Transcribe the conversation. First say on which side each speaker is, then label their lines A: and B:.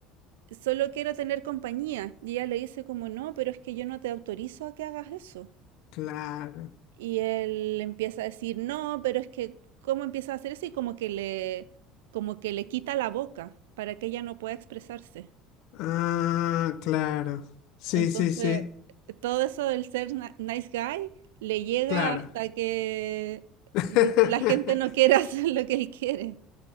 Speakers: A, on the right; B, on the left.
A: Solo quiero tener compañía. Y ella le dice como, no, pero es que yo no te autorizo a que hagas eso.
B: Claro.
A: Y él empieza a decir, no, pero es que, ¿cómo empieza a hacer eso? Y como que le, como que le quita la boca para que ella no pueda expresarse.
B: Ah, claro. Sí,
A: Entonces,
B: sí, sí.
A: todo eso del ser na- nice guy le llega
B: Claro.
A: hasta que
B: <laughs>
A: n- la gente no quiere <laughs> hacer lo que él quiere.